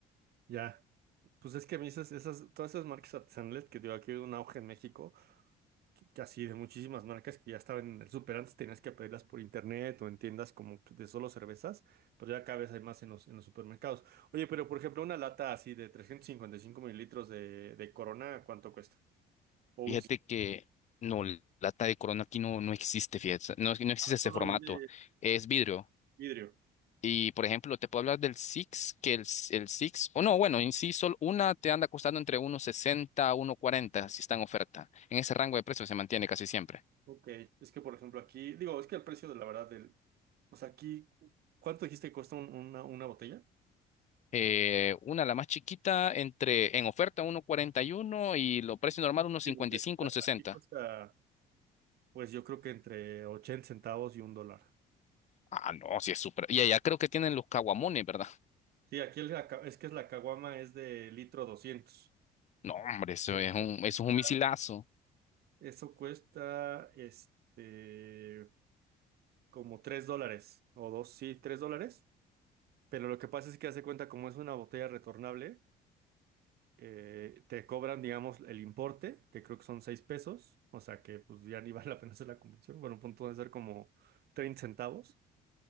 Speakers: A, on the right; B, on the left.
A: Ya, pues es que a mí esas, esas, todas esas marcas artesanales que digo, aquí hay un auge en México. Así de muchísimas marcas que ya estaban en el súper antes, tenías que pedirlas por internet o en tiendas como que de solo cervezas, pues ya cada vez hay más en los, en los supermercados. Oye, pero por ejemplo, una lata así de 355 mililitros de, de Corona, ¿cuánto cuesta? O un...
B: Fíjate que no, lata de Corona aquí no, no existe, fíjate, no, no existe
A: Ah,
B: ese
A: solo
B: formato,
A: vende
B: es vidrio.
A: vidrio.
B: Y por ejemplo, te puedo hablar del Six, que el, el Six, o no, bueno, en sí, solo una te anda costando entre uno sesenta a uno cuarenta si está en oferta. En ese rango de precios se mantiene casi siempre.
A: Ok, es que por ejemplo aquí, digo, es que el precio de la verdad del, o sea, aquí, ¿cuánto dijiste que cuesta un- una, una botella?
B: Eh, una, la más chiquita, entre en oferta uno cuarenta y uno y lo precio normal uno cincuenta
A: Sí, porque
B: y cinco
A: a-
B: uno sesenta
A: aquí cuesta, pues yo creo que entre 80 centavos y un dólar.
B: Ah, no, sí es súper. Y allá creo que tienen los caguamones, ¿verdad?
A: Sí, aquí el- es que es la caguama es de litro 200.
B: No, hombre, eso
A: Esta
B: es un,
A: cuesta-
B: eso es un misilazo.
A: Eso cuesta, este, como 3 dólares o dos, sí, 3 dólares. Pero lo que pasa es que hace cuenta, como es una botella retornable, eh, te cobran, digamos, el importe, que creo que son 6 pesos. O sea que pues ya ni <laughs> vale la pena hacer la conversión. Bueno, a punto de ser como 30 centavos.